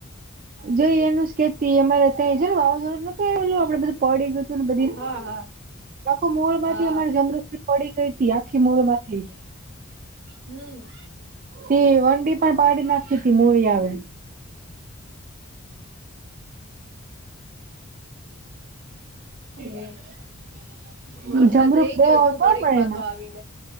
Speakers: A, on the right; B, on the right.
A: જોઈ એનું જ કેતી અમારે છે વાવાઝોું નોતું એ ઓલું આપડેધું પડી ગયું ને બધ
B: હા હા
A: આખું મૂળ માંથી
B: હા.
A: અમારે જમૃસ પડી ગઈ ત આખી મૂળ માંથી
B: હમ
A: તે વંડી પણ પાડી નાખી મડી આવે
B: હે
A: <inaudible>
B: વરસાદ
A: જમરુક
B: રહી
A: બહ
B: ગયો
A: હોય
B: જો
A: તો
B: ઘડીક
A: પણડ
B: માં
A: એમાં
B: તો આવીને.